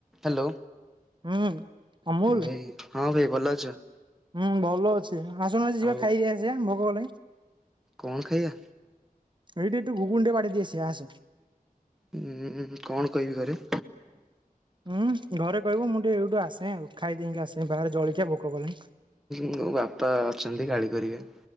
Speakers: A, in the centre; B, on the right.
A: Hello.
B: ହୁଁ। ଅମୁଲ
A: ଭାଇ ହଁ ଭାଇ ଭଲ ଅଛ?
B: ହୁଁ ଭଲ ଅଛି ଆସୁନ ଆଜି ଯିବା
A: ଆଉ
B: ଖାଇକି ଆସିବା ଭୋକ କଲାଣି।
A: କଣ ଖାଇବା?
B: ଏଇଠି ଏଟି ଘୁଗୁନି ଟିକେ ବାଡ଼େଇ ଦେଇ ଆସିବା ଆସେ।
A: ଉୁଁ କଣ କହିବି ଘରେ?
B: ଉଁ ଘରେ କହିବ ମୁଁ ଟିକେ ଏଇଠୁ ଆସେ ଆଉ ଖାଇ ଦେଇକି ଆସେ ବାହାରେ ଜଲଖିଆ ଭୋକ କଲାଣି।
A: ମୋ ବାପା ଅଛନ୍ତି ଗାଳି କରିବେ।